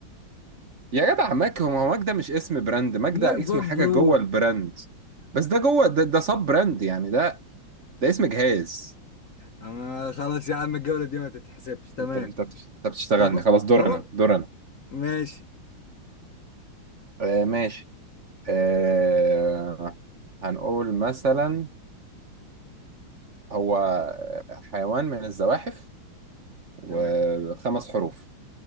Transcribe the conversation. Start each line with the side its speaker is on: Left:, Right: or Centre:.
Right: يا جدع ماك هو هو ماك ده مش اسم براند ماك ده
Left: ماك
Right: اسم
Left: بوك
Right: حاجه
Left: برو
Right: جوه البراند بس ده جوه ده, ده سب براند يعني ده ده اسم جهاز
Left: أما خلاص يا عم الجولة دي ما تتحسبش تمام
Right: انت انت بت- انت بتشتغلني
Left: خلاص
Right: خلاص دور
Left: خلاص
Right: انا دور انا
Left: ماشي
Right: آه ماشي آه هنقول مثلا هو حيوان من الزواحف وخمس
Left: تمام
Right: حروف